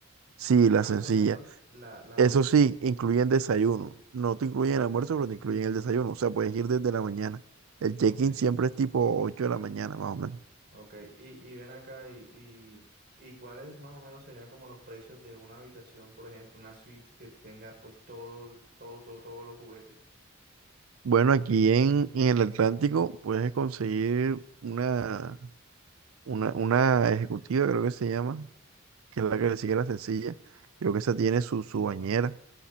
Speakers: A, on the right (about 75°); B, on the right (about 50°).
A: Sí,
B: Y más
A: la sencilla.
B: o menos la, las...
A: Eso sí, incluyen desayuno. No te incluyen
B: Ok,
A: el almuerzo, pero te incluyen el desayuno. O sea, puedes ir desde la mañana. El
B: ok,
A: check-in siempre es tipo 8 de la mañana, más o menos.
B: ok. Y, y ven acá y, y, y cuáles más o menos serían como los precios de una habitación, por ejemplo, una suite que tenga pues todo, todo, todo, todos los juguetes.
A: Bueno, aquí en, en el Atlántico puedes conseguir una, una, una ejecutiva, creo que se llama, que es la que le sigue la sencilla. Creo que esa tiene su, su bañera.